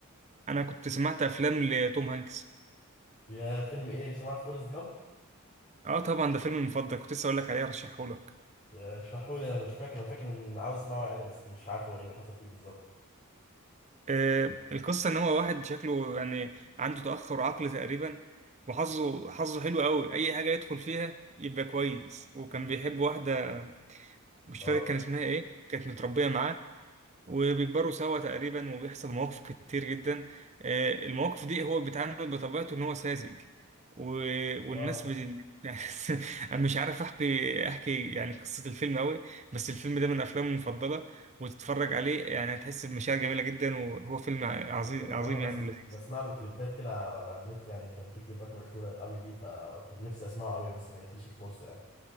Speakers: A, on the right; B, on the left.
A: انا كنت سمعت افلام لتوم هانكس
B: يا فيلم ايه سمعت فورست جامب
A: اه طبعا ده فيلمي المفضل كنت لسه اقول لك عليه ارشحه لك
B: اشرحوا لي انا مش فاكر انا فاكر ان عاوز اسمعه يعني بس مش عارف هو ايه اللي حصل فيه بالظبط
A: آه، القصة إن هو واحد شكله يعني عنده تأخر عقلي تقريبا وحظه حظه حلو قوي أي حاجة يدخل فيها يبقى كويس وكان بيحب واحدة مش
B: اه
A: فاكر كان اسمها إيه كانت متربية معاه وبيكبروا سوا تقريبا وبيحصل مواقف كتير جدا آه، المواقف دي هو بيتعامل بطبيعته ان هو ساذج و... والناس
B: اه
A: بت... <laughs> يعني انا مش عارف احكي احكي يعني قصة الفيلم قوي بس الفيلم ده من افلامي المفضلة وتتفرج عليه يعني هتحس بمشاعر جميلة جدا وهو فيلم عظيم
B: و-
A: عظيم
B: وانا بسم...
A: يعني ولذيذ
B: بسمع له كليبات كده على على النت يعني كان في كليبات مشهوره قوي ليه فكنت نفسي اسمعه قوي بس ما جاتليش الفرصه يعني